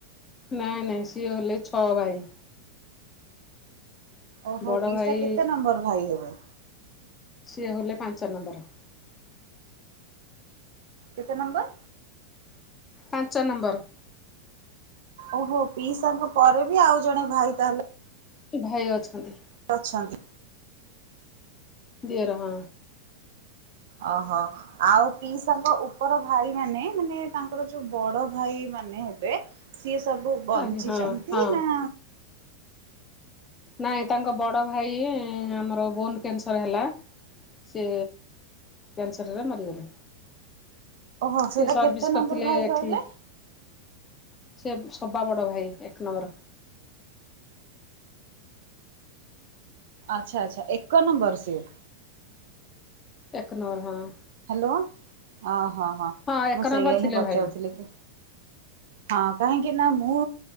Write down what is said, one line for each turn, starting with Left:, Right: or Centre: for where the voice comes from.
Left: ନାଇଁ ନାଇଁ ସିଏ ହେଲେ ଛଅ ଭାଇ।
Right: ଓହୋ
Left: ବଡ
Right: ପିଇସା
Left: ଭାଇ
Right: କେତେ ନମ୍ବର ଭାଇ ହେବେ?
Left: ସିଏ ହେଲେ ପାଞ୍ଚ ନମ୍ବର।
Right: କେତେ ନମ୍ବର?
Left: ପାଞ୍ଚ ନମ୍ବର।
Right: ଓହୋ ପିଇସାଙ୍କ ପରେ ବି ଆଉ ଜଣେ ଭାଇ ତାହେଲେ
Left: ଭାଇ ଅଛନ୍ତି।
Right: ଅଛନ୍ତି।
Left: ଦିଅର ହ।
Right: ଓହୋ। ଆଉ ପିଇସାଙ୍କ ଉପର ଭାଇ ମାନେ ମାନେ ତାଙ୍କର ଯୋଉ ବଡ ଭାଇ ମାନେ ହେବେ ସିଏ ସବୁ ବଞ୍ଚିଛନ୍ତି
Left: ଆଜ୍ଞା ହଁ ହଁ।
Right: ନା
Left: ନାଇଁ ତାଙ୍କ ବଡ ଭାଇ ଆମର ବୋନ କ୍ୟାନସର ହେଲା। ସେ କ୍ୟାନସରରେ ମରିଗଲେ।
Right: ଓହୋ ସେଇଟା
Left: ସେ ସର୍ଭିସ
Right: କେତେ
Left: କରିଥିଲେ
Right: ନମ୍ବର ଭାଇ
Left: ଏଠି।
Right: କହିଲେ?
Left: ସେ ସବା ବଡ଼ ଭାଇ ଆମର।
Right: ଆଚ୍ଛା ଆଚଛା ଏକ ନମ୍ବର ଯିଏ?
Left: ଏକ ନମ୍ବର ହଁ।
Right: ହ୍ୟାଲୋ ଅଁ ହଁ ହଁ।
Left: ହଁ ଏକ
Right: ମୁଁ ସେଇଆ
Left: ନମ୍ବର
Right: ହିଁ
Left: ଥିଲେ
Right: ପଚାରୁଥିଲି
Left: ଭାଇ।
Right: କି ହଁ କାହିଁକି ନା ମୁଁ